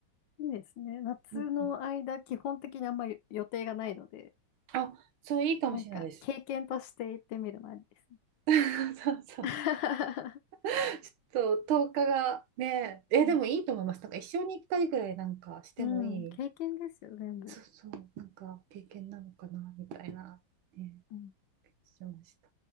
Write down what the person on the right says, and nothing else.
うんうん
あ、そう、いいかもしれないです。
<laughs> そうそう。
ちょっと、10日がね、え、
でもいいと思います。なんか、一生に1回ぐらいなんかしてもいい、
そうそう、なんか、経験なのかな、みたいな、ね、
気がしました。